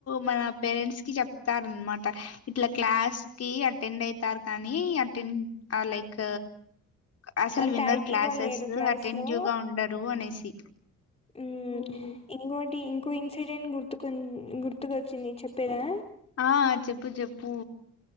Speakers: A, on the left; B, on the left.
A: మన పేరెంట్స్ కి చెప్తార అనమాట ఇట్లా క్లాస్ కి అటెండ్ అయితారు కానీ అటెండ్ లైక్ అసలు
B: అంత
A: విన్నర్
B: యాక్టివ్‌గా
A: క్లాసెస్
B: లేరు క్లాస్‌లో
A: అటెంటివ్ గా ఉండరు అనేసి
B: మ్మ్
A: ఉమ్
B: ఇంకోటి ఇంకో ఇన్సిడెంట్ గుర్తుకొ గుర్తుకొచ్చింది చెప్ ప్పేదా
A: ఆ చెప్పు చెప్పు